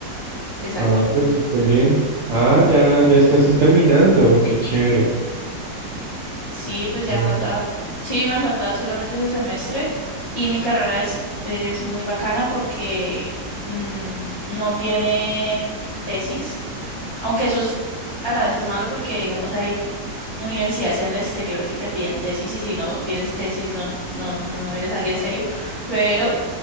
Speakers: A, on the left (about 40°); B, on the right (about 70°).
A: Exacto.
B: Ah, pero súper bien. Ah, ya, ya estás es terminando. Qué chévere.
A: Sí, pues ya
B: No,
A: falta. Sí, me faltaba solamente ese semestre. Y mi carrera es, es muy bacana porque mm, no tiene tesis. Aunque eso es, a la vez es malo porque, digamos, hay universidades en el exterior que te piden tesis y si no tienes tesis no, no, no eres alguien serio. Pero